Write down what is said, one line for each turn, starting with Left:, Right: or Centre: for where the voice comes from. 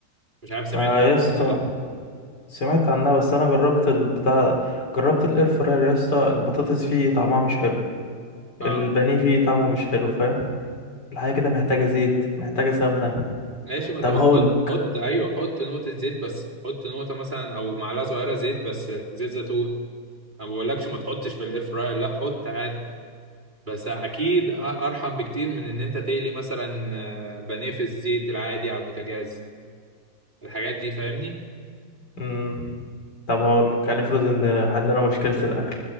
Right: مش عارف سمعت
Left: آه
Right: عنها
Left: يا اسطى
Right: ولا لا
Left: سمعت عنها بس انا جربت البتاع جربت الاير فراير يا اسطى البطاطس فيه طعمها مش حلو
Right: اه
Left: البانيه فيه طعمه مش حلو فاهم الحاجه كده محتاجه زيت محتاجه سمنه
Right: ماشي ما انت
Left: طب
Right: بتحط
Left: هقول
Right: حط ايوه حط نقطة زيت بس حط نقطة مثلا او معلقة صغيرة زيت بس زيت زيتون انا ما بقولكش ما تحطش في الاير فراير لا حط عادي بس اكيد أ- ارحم بكتير من ان انت تقلي مثلا آه، بانيه في الزيت العادي على البوتاجاز الحاجات دي فاهمني
Left: امم طب هقول كان افرض ان حلنا مشكله الاكل